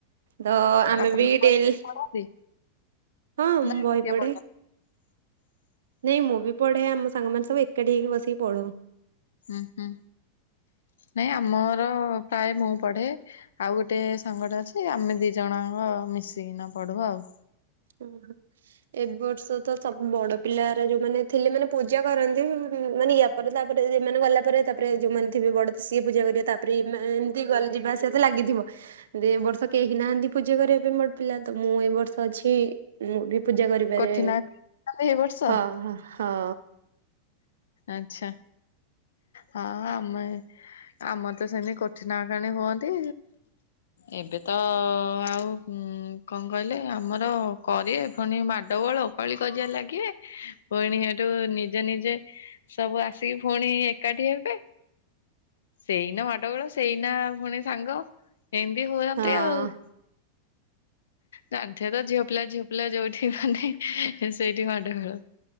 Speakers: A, on the right; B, on the left.
A: ତ ଆମେ
B: ଆପଣ
A: ବି ଡେଲି
B: ପଢନ୍ତି
A: ହଁ ମୁଁ
B: ନା
A: ବହି
B: କିଏ
A: ପଢେ।
B: ପଢନ୍ତି?
A: ନାଇଁ ମୁଁ ବି ପଢେ ଆମ ସାଙ୍ଗମାନେ ସବୁ ଏକାଠି ହେଇକି ବସିକି ପଢୁ।
B: ହୁଁ ହୁଁ ନାଇଁ ଆମର ପ୍ରାୟ ମୁଁ ପଢେ। ଆଉ ଗୋଟେ ସାଙ୍ଗଟେ ଅଛି ଆମେ ଦି ଜଣ ଆଙ୍କ ମିଶିକି ନାପଢୁ ଆଉ।
A: ଉଁ ହୁଁ ଏବର୍ଷ ତ ସବୁ ବଡ ପିଲାରା ଯୋଉମାନେ ଥିଲେ ମାନେ ପୂଜା କରନ୍ତି ମାନେ ୟ ତାପରେ ତାପରେ ଏମାନେ ଗଲା ପରେ ତାପରେ ଯୋଉମାନେ ଥିବେ ବଡ ସିଏ ପୂଜା କରିବେ ତାପରେ ଏ ଏମିତି ଯିବା ସେତେ ଲାଗିଥିବ ଯେ ଏ ବର୍ଷ କେହି ନାହାନ୍ତି ପୂଜା କରିବା ପାଇଁ ବଡ ପିଲା ତ ମୁଁ ଏ ବର୍ଷ ଅଛି। କି ମୁଁ ବି ପୂଜା କରିବାରେ
B: କଠିନ ଏଇ ବର୍ଷ
A: ହଁ ହଁ।
B: ଆଛା। ହଁ ଆମେ ଆମର ତ ସେମିତି କୋଠିନାହାକାଣୀ ହୁଅନ୍ତି। ଏବେ ତ ଆଉ କଣ କହିଲେ ଆମର କରିବେ ପୁଣି ମାଡଡୋଗୋଳ? କଳି କଜିଆ ଲାଗିବେ। ପୁଣି ହେଟୁ ନିଜେ ନିଜେ ସବୁ ଆସିକି ପୁଣି ପେ ଏକାଠି ହେବେ। ସେଇନା ମାଡୋଗୋଳ, ସେଇନା ଫୁଣି ସାଙ୍ଗ। ଏମିତି ହୁଅନ୍ତି
A: ହଁ।
B: ଆଉ। ତାଠିଆର ଝିଅପିଲା ଝିଅପିଲା ଯୋଉଠି ମାନେ ସେଇଠି ମାଡଗୋଳ।